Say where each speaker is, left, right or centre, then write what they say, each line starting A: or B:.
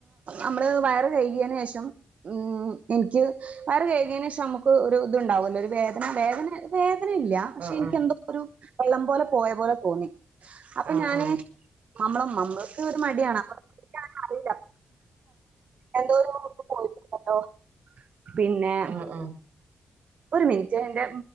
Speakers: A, on the right; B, on the right.
A: നമ്മള് വയർ കയി േഷം ഉ എനിക്ക് വേറെ <unintelligible> ഒരു ഇതുണ്ടാവുമല്ലോ ഒരു വേദന വേദന <unintelligible> അന ഇല്ല പക്ഷെ
B: ആഹ്
A: എനിക്ക
B: ആഹ്
A: എന്തോ ഒരു വെള്ളം പോലെ പോയ പോലെ തോന്നി അപ്പൊ
B: ആഹ്
A: ഞാന്
B: ആഹ്
A: നമ്മള നമ്മൾക്ക് ഒരു മടിയാണ് അപ്പ അറില്ലഞ്ഞ എന്തോ പോയി കേട്ടോ ഉ പിന്നെ
B: ആഹ് ആഹ്
A: ഒരു മിനിറ്റ് എന്റെ